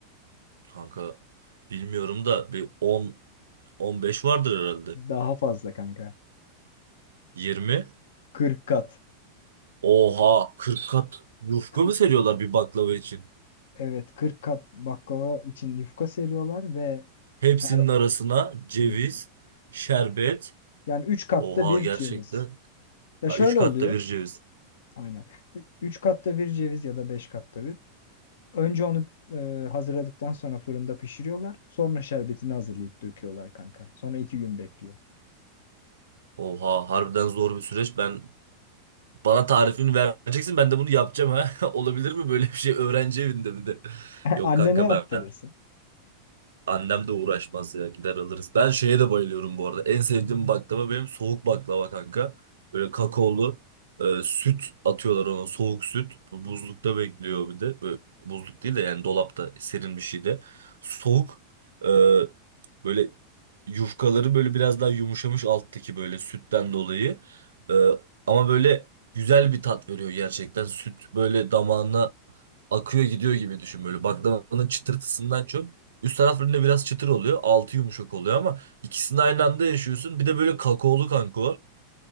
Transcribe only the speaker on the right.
kanka bilmiyorum da bir 10 15 vardır herhalde.
20.
Oha 40 kat yufka
mı seriyorlar bir baklava için?
Hepsinin
arasına ceviz,
şerbet.
Oha
gerçekten.
Ha,
3 katta
bir ceviz.
Oha harbiden zor bir süreç. Ben Bana tarifini vereceksin ben de bunu yapacağım ha. <laughs> Olabilir mi böyle bir şey öğrenci evinde bir de. <laughs>
Yok
kanka
ben Annem de uğraşmaz ya gider alırız. Ben şeye de bayılıyorum bu arada. En sevdiğim baklava benim soğuk baklava kanka. Böyle kakaolu e, süt atıyorlar ona soğuk süt. Bu buzlukta bekliyor bir de. Böyle, buzluk değil de yani dolapta serin bir şeyde. Soğuk e, böyle yufkaları böyle biraz daha yumuşamış alttaki böyle sütten dolayı. E, ama böyle güzel bir tat veriyor gerçekten. Süt böyle damağına akıyor gidiyor gibi düşün böyle baklavanın çıtırtısından çok. Üst taraflarında biraz çıtır oluyor. Altı yumuşak oluyor ama ikisini aynı anda yaşıyorsun. Bir de böyle kakaolu kanka o.